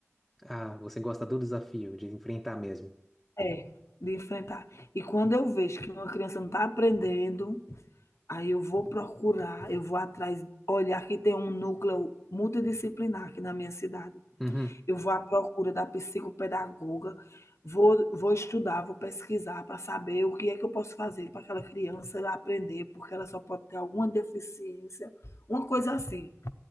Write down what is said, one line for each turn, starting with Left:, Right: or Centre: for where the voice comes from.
Centre: Ah, você gosta do desafio, de enfrentar mesmo.
Left: É, de enfrentar. E quando eu vejo que uma criança não está aprendendo, Aí eu vou procurar, eu vou atrás, olhar que tem um núcleo multidisciplinar aqui na minha cidade.
Centre: Uhum.
Left: Eu vou à procura da psicopedagoga, vou vou estudar, vou pesquisar para saber o que é que eu posso fazer para aquela criança aprender, porque ela só pode ter alguma deficiência, uma coisa assim.